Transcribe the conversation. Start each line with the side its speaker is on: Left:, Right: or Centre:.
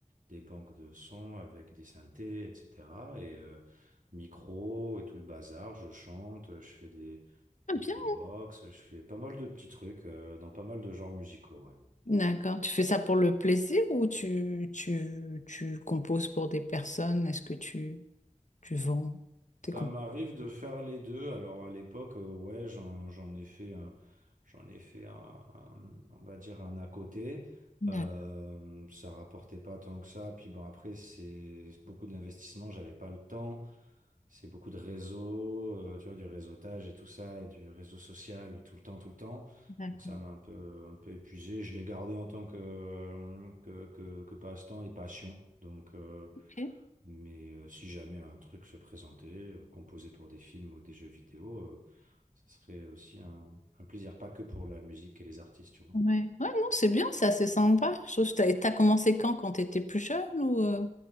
Right: des banques de sons avec des synthés, etc. Et euh, micro et tout le bazar, je chante, je fais des,
Left: Ah
Right: du
Left: bien,
Right: beatbox, je fais pas mal de petits trucs euh, dans pas mal de genres musicaux. ouais.
Left: d'accord. Tu fais ça pour le plaisir ou tu, tu, tu composes pour des personnes? Est-ce que tu, tu vends tes
Right: Ça
Left: compositions?
Right: m'arrive de faire les deux. Alors à l'époque, euh, ouais, j'en, j'en ai fait un, j'en ai fait un, un- on va dire un à côté.
Left: D'accord,
Right: Euh, ça rapportait pas tant que ça. Puis bon, après, c'est beaucoup d'investissements, j'avais pas le temps. C'est beaucoup de réseau, euh, tu vois, du réseautage et tout ça, et du réseau social tout le temps, tout le temps.
Left: d'accord.
Right: Donc ça m'a un peu, un peu épuisé. Je l'ai gardé en tant que, euh, que, que, que passe-temps et passion. Donc, euh,
Left: ok.
Right: mais euh, si jamais un truc se présentait, euh, composé pour des films ou des jeux vidéo, euh, ce serait aussi un, un plaisir, pas que pour la musique et les artistes, tu vois.
Left: Ouais. Ouais, non, c'est bien ça, c'est sympa. Je trouve que t'as, t'as commencé quand, quand tu étais plus jeune ou euh,